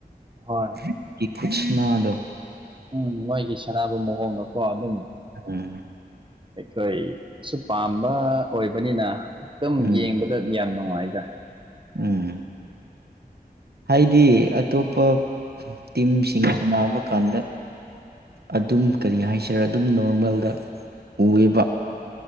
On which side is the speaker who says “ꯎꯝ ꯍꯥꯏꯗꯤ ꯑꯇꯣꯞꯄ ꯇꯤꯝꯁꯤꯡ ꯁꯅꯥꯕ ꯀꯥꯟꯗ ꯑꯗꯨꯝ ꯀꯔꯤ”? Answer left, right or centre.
Right